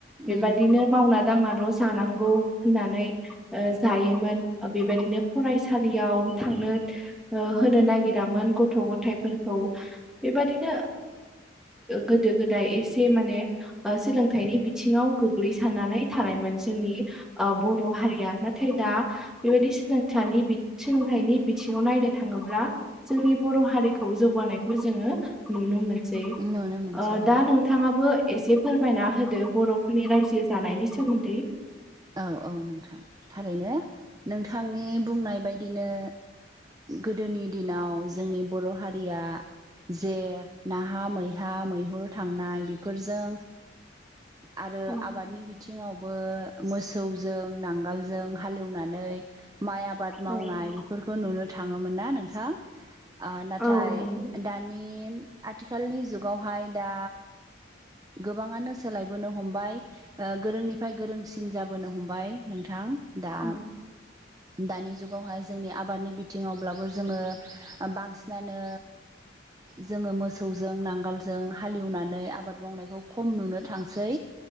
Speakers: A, in the centre; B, on the right (about 20°).
A: बेबायदिनो
B: उम
A: मावना दांनाल' जानांगौ होननानै जायोमोन बेबायदिनो फरायसालियाव थांनो होनो नागिरामोन गथ' गथायाइफोरखौ बेबादिनो गोदो गोदाय एसे माने सोलोंथाइनि बिथिंङाव गोग्लैसारनानै थानायमोन जोंनि बर' हारिया नाथाय दा बेबायदि सोलोंथनि सोलोंथाइनि बिथिंङाव नायनो थांङोब्ला जोंनि बर' हारिखौ जौगानायखौ जोंङो नुनो मोनसै
B: नुनो मोनसै
A: दा
B: औ
A: नोंथांङाबो एसे फोरमायना होदो बर'फोरनि रायजो जानायनि सोमोन्दै
B: औ औ नोंथां थारैनो नोंथांनि बुंनाय बेबायदिनो गोदोनि दिनाव जोंनि बर' हारिया जे नाहा मैहा मैहुर थांनाय बेफोरजों आरो
A: औ
B: आबादनि बिथिङावबो मोसौजों नांगोलजों हालेवनानै माइ आबाद मावनाय
A: औ
B: फोरखौ नुनो थाङोमोन ना नोंथां नाथाय
A: औ नंगौ
B: दानि आथिखालनि जुगावहाय दा गोबाङानो सोलायबोनो हमबाय गोरोंनिफ्राय गोरोंसिन जाबोनो हमबाय नोंथां दा
A: औ
B: दानि जुगावहाय जोंनि आबादनि बिथिङावब्लाबो जोङो बांसिनानो जोङो मोसौजों नांगोलजों हालेवनानै आबाद मावनायखौ खम नुनो थांसै